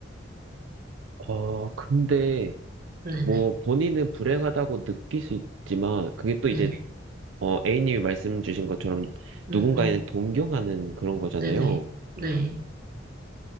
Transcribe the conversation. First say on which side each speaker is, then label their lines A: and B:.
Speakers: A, on the right; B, on the right.
A: 어, 근데
B: 네네.
A: 뭐 본인은 불행하다고 느낄 수 있지만 그게 또
B: 네.
A: 이제 어, A님이 말씀 주신 것처럼
B: 음,
A: 누군가에는 동경하는 그런 거잖아요.
B: 네네. 네.